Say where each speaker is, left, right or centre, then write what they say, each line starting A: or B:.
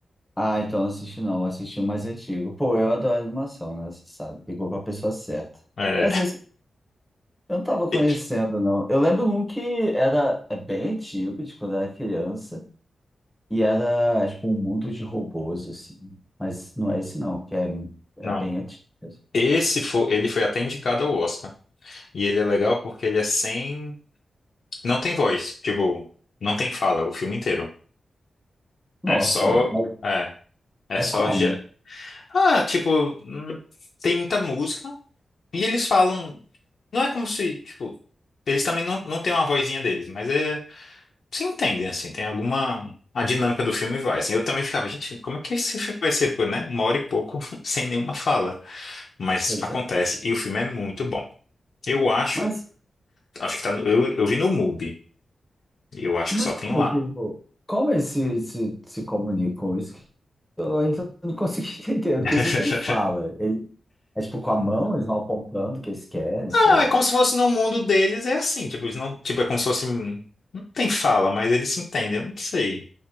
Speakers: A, in the centre; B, on the left.
A: Ah, então não assisti não, eu assisti o mais antigo. Pô, eu adoro animação, né? Você sabe, pegou pra pessoa certa.
B: É,
A: Mas esse eu não tava
B: e-
A: conhecendo, não. Eu lembro um que era é bem antigo, de quando eu era criança, e era tipo um mundo de robôs, assim. Mas não é esse não, que é, é
B: não.
A: bem antigo. mesmo.
B: Esse foi, ele foi até indicado ao Oscar. E ele é legal porque ele é sem. Não tem voz. Tipo, não tem fala o filme inteiro.
A: Nossa,
B: É só.
A: mas
B: é, É só.
A: é como?
B: ge- Ah, tipo, hum, tem muita música. E eles falam. Não é como se, tipo. Eles também não, não têm uma vozinha deles, mas é. Se entendem, assim. Tem alguma. A dinâmica do filme vai, assim. Eu também ficava, gente, como é que esse filme vai ser, pô, né? Uma hora e pouco, <laughs> sem nenhuma fala. Mas
A: Pois
B: acontece.
A: é.
B: E o filme é muito bom. Eu acho.
A: Mas,
B: Acho que tá no. Eu, eu vi no MUBI. e Eu acho
A: mas
B: que só tem
A: como
B: lá.
A: que, pô, como eles se, se, se comunicam? Isso Eu ainda não consegui <laughs> entender, porque
B: <laughs>
A: isso não tem fala. Ele, é tipo com a mão, eles vão apontando o que eles querem, sei
B: Ah,
A: lá.
B: é como se fosse no mundo deles, é assim. Tipo, eles não. Tipo, é como se fosse. hum, Não tem fala, mas eles se entendem. Eu não sei.